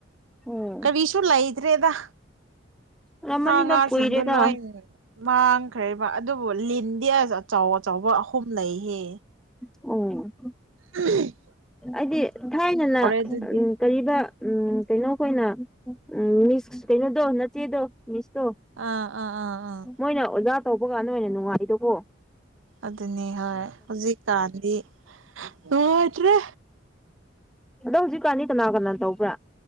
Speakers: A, in the centre; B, on the right (about 90°).
A: ꯎꯝ
B: ꯀꯔꯤꯁꯨ ꯂꯩꯇ꯭ꯔꯦꯗ
A: ꯔꯃꯅꯤꯗ
B: ꯁꯥ ꯉꯥꯁꯤꯡꯗꯣ
A: ꯀꯨꯏꯔꯦꯗ
B: ꯂꯣꯏ ꯃꯥꯡꯈ꯭ꯔꯦꯕ ꯑꯗꯨꯕꯨ ꯂꯤꯟꯗꯤ ꯑꯁ ꯑꯆꯧ ꯑꯆꯕ ꯑꯍꯨꯝ ꯂꯩꯍꯦ
A: ꯑꯣ
B: ꯎꯝ <inaudible>
A: ꯍꯥꯏꯗꯤ ꯊꯥꯏꯅꯂ
B: ꯑꯗꯨꯗꯤ
A: ꯎꯝ ꯀꯔꯤꯕ ꯎ ꯀꯩꯅꯣ ꯑꯩꯈꯣꯏꯅ ꯎ ꯃꯤꯁ ꯀꯩꯅꯣꯗꯣ ꯅꯆꯦꯗꯣ ꯃꯤꯁꯇꯣ
B: ꯑꯥ ꯑꯥ ꯑꯥ ꯑꯥ
A: ꯃꯣꯏꯅ ꯑꯣꯖꯥ ꯇꯧꯕꯒꯥꯟꯗ ꯑꯣꯏꯅ ꯅꯨꯡꯉꯥꯏꯗꯒꯣ
B: ꯑꯗꯨꯅꯤ ꯍꯣꯏ ꯍꯧꯖꯤꯛꯀꯥꯟꯗꯤ ꯅꯨꯡꯉꯣꯏꯇ꯭ꯔꯦ
A: ꯑꯗꯣ ꯍꯧꯖꯤꯛꯀꯥꯟꯅꯤ ꯀꯅꯥ ꯀꯅꯥ ꯇꯧꯕ꯭ꯔꯥ